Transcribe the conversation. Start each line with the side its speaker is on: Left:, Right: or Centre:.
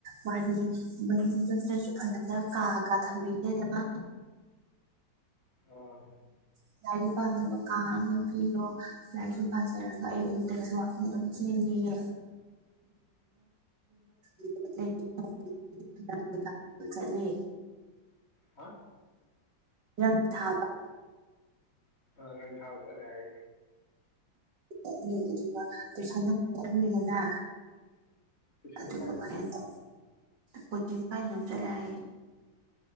Right: ꯃꯥꯗꯤ ꯃꯩꯗꯁꯨ ꯐꯖꯅ ꯀꯥ ꯀꯥ ꯊꯝꯕꯤꯗꯦꯅ
Left: ꯑꯥ
Right: ꯎꯝ ꯂꯥꯏꯔꯤꯛ ꯄꯥꯝꯅꯕ ꯀꯥ ꯑꯃ ꯄꯤꯔꯣ ꯂꯥꯏꯔꯤꯛꯁꯨ ꯄꯥꯖꯔꯒ ꯑꯌꯨ ꯑꯌꯨꯛꯇꯒꯁꯨ ꯋꯥꯛꯀꯤꯡ ꯑꯗꯨꯝ ꯆꯦꯜꯂꯤꯌꯦ <unintelligible> ꯆꯠꯂꯦ
Left: ꯍꯥ
Right: ꯌꯥꯝ ꯊꯥꯕ
Left: ꯑ ꯔꯪ ꯊꯥꯕ ꯁꯠꯂꯦ ꯍꯥꯏꯌꯦ
Right: ꯆ ꯑꯗꯨꯒ ꯄꯩꯁꯥꯒ ꯂꯣꯏꯅꯅ
Left: ꯇꯨꯏꯁꯟꯅ
Right: ꯑꯗꯨꯝꯕ
Left: ꯀꯥꯏꯗ
Right: ꯃꯌꯥꯝꯗꯥ ꯀꯣꯆꯤꯡ ꯀꯥꯏꯗꯅꯣꯝ ꯆꯠꯂꯦ ꯍꯥꯏꯌꯦ